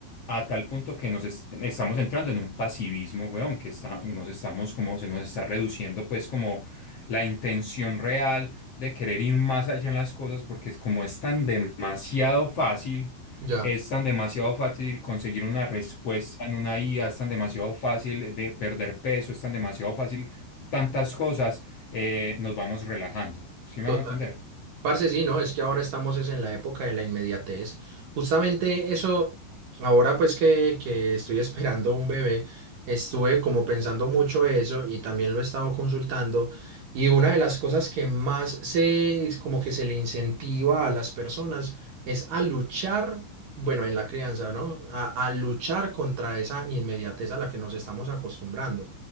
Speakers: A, on the left; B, on the right.
A: a tal punto que nos es- estamos entrando en un pasivismo, weón, que está, nos estamos como, se nos está reduciendo pues como la intención real de querer ir más allá en las cosas porque es como es tan demasiado fácil.
B: Ya,
A: Es tan demasiado fácil conseguir una respuesta en una IA, es tan demasiado fácil de perder peso, es tan demasiado fácil tantas cosas, eh, nos vamos relajando. ¿Sí me
B: total.
A: hago entender?
B: Parce, sí, ¿no? Es que ahora estamos es en la época de la inmediatez. Justamente eso, ahora pues que, que estoy <laughs> esperando un bebé, estuve como pensando mucho eso y también lo he estado consultando. Y una de las cosas que más se, como que se le incentiva a las personas es a luchar, bueno, en la crianza, ¿no? A, a luchar contra esa inmediatez a la que nos estamos acostumbrando.